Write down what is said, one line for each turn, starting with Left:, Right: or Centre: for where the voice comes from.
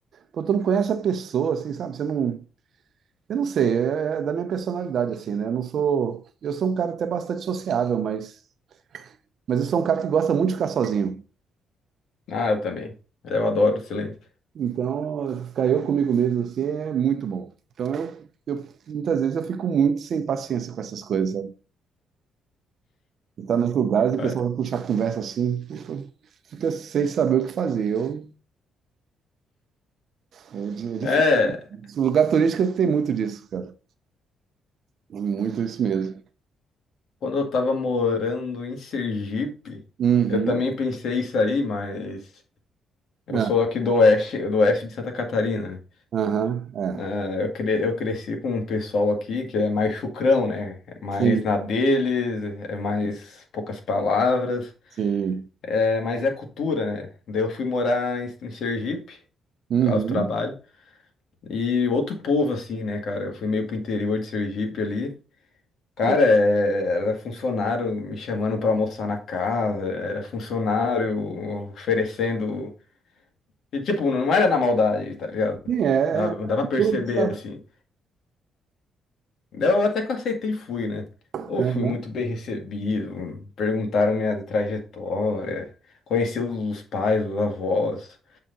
Right: Pô, tu não conhece a pessoa, assim, sabe? Você não... Eu não sei, é é da minha personalidade, assim, né? Eu não sou... Eu sou um cara até bastante sociável, mas... Mas eu sou um cara que gosta muito de ficar sozinho.
Left: Ah, eu também. Eu adoro o silêncio.
Right: Então, ficar eu comigo mesmo, assim, é muito bom. Então, eu, eu- muitas vezes eu fico muito sem paciência com essas coisas, E tá nos lugares e o
Left: É,
Right: pessoal vai puxar conversa assim, fica sem saber o que fazer. Eu, eu de- é difícil.
Left: É,
Right: Lugar turístico tem muito disso, cara. Muito isso mesmo.
Left: quando eu tava morando em Sergipe,
Right: Uhum.
Left: eu também pensei isso aí, mas eu
Right: ah
Left: sou aqui do oeste, do oeste de Santa Catarina. né?
Right: aham, é.
Left: É, Eu, cre- eu cresci com um pessoal aqui que é mais chucrão, né? É mais
Right: Sim,
Left: na deles, é mais poucas palavras,
Right: sim.
Left: é, mas é cultura, né? Daí eu fui morar em, em Sergipe,
Right: Uhum.
Left: por causa do trabalho, e outro povo assim, né, cara? Eu fui meio pro interior de Sergipe ali. Cara,
Right: É,
Left: é- era funcionário me chamando pra almoçar na casa, era funcionário oferecendo. E, tipo, não era na maldade, tá ligado?
Right: Sim, é,
Left: Dava,
Right: é
Left: dava pra perceber,
Right: cultura, sabe?
Left: assim. Daí Eu até que eu aceitei e fui, né?
Right: Aham.
Left: Ou fui muito bem recebido, perguntaram minha trajetória, conheci os pais, os avós.